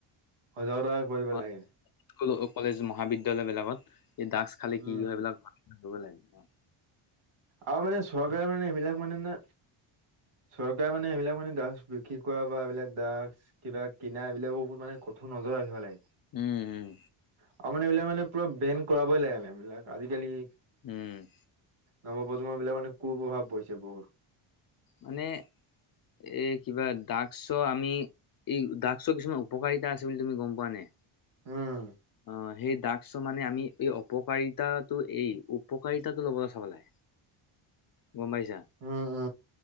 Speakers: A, on the right (about 80°); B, on the left (about 45°).
A: সজাগতা কৰিব
B: অ,
A: লাগে।
B: স্কুল কলেজ, মহাবিদ্যালয়বিলাকত এই ড্ৰাগছ খালে
A: উম
B: কি কি হয়, এইবিলাক হেৰি কৰিব লাগে।
A: আৰু মানে চৰকাৰে মানে এইবিলাক মানে নে চৰকাৰে মানে এইবিলাক মানে ড্ৰাগছ বিক্ৰী কৰা বা এইবিলাক ড্ৰাগছ কিবা কিনা এইবিলাকৰ ওপৰত মানে কঠোৰ নজৰ ৰাখিব লাগে।
B: উম, উম।
A: আৰু মানে এইবিলাক মানে পুৰা বেন কৰাবই লাগেনে এইবিলাক, আজিকালি
B: উম।
A: নৱপ্ৰজন্মবিলাক মানে কুপ্ৰভাৱ পৰিছে বহুত।
B: মানে এ, কিবা ড্ৰাগছৰ আমি ই ড্ৰাগছৰ কিছুমান উপকাৰিতা আছে বুলি তুমি গম পোৱা নে?
A: উম।
B: অ'! সেই, ড্ৰাগছ মানে, আমি এই অপকাৰিতাটো, এই, উপকাৰিতাটো ল'বলৈ চাব লাগে।
A: <inaudible>
B: গম পাইছা?
A: উম, উম।